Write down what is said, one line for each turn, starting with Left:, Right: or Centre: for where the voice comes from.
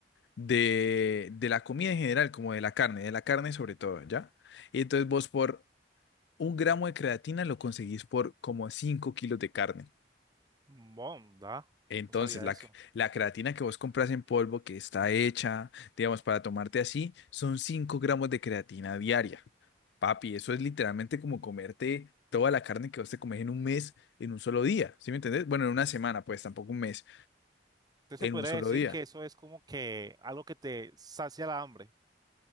Left: de, de la comida en general, como de la carne, de la carne sobre todo, ¿ya? Y entonces vos por un gramo de creatina lo conseguís por como 5 kilos de carne.
Right: Bonda,
Left: Entonces,
Right: no sabía
Left: la,
Right: eso.
Left: c- la creatina que vos compras en polvo, que está hecha, digamos, para tomarte así, son 5 gramos de creatina diaria. Papi, eso es literalmente como comerte toda la carne que vos te comes en un mes, en un solo día, ¿sí me entendés? Bueno, en una semana, pues tampoco un mes,
Right: Entonces
Left: en
Right: se podría
Left: un solo
Right: decir
Left: día.
Right: que eso es como que algo que te sacia la hambre.